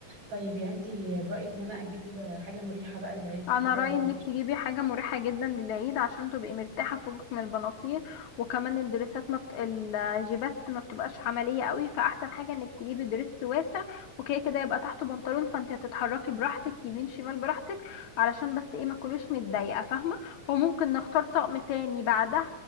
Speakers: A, on the right; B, on the left.
A: طيب يعني انت برايك ان انا اجيب حاجه مريحه بقى للعيد
B: انا
A: وكده
B: رايي
A: اللي هو
B: انك تجيبي حاجه مريحه جدا للعيد عشان تبقي مرتاحه فوقك من البناطيل وكمان الدريسات ما بت... الجيبات ما بتبقاش عمليه قوي فاحسن حاجه انك تجيبي دريس واسع وكده كده يبقى تحته بنطلون فانت هتتحركي براحتك يمين شمال براحتك علشان بس ايه ما تكونيش متضايقه فاهمه وممكن نختار طقم تاني بعدها